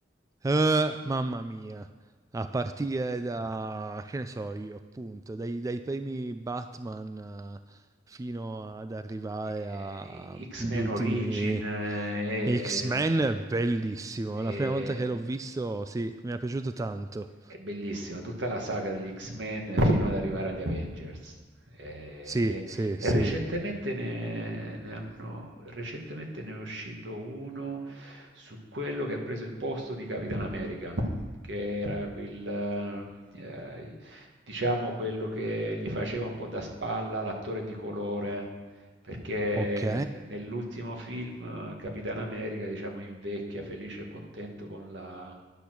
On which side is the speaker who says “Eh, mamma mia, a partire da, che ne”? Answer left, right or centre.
Right